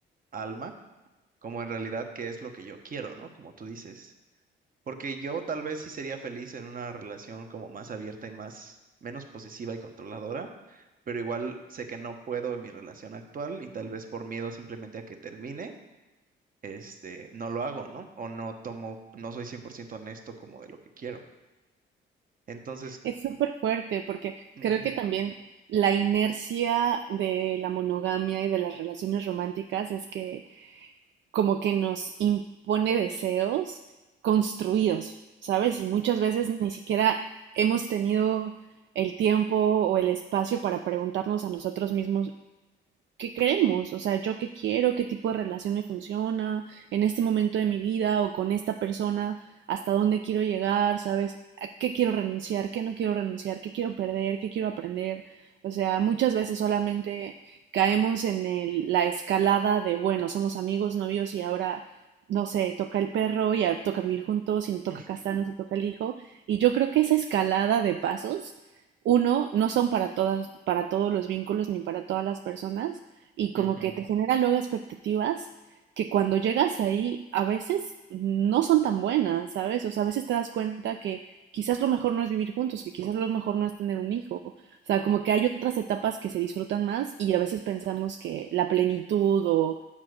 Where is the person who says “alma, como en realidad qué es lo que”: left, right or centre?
Right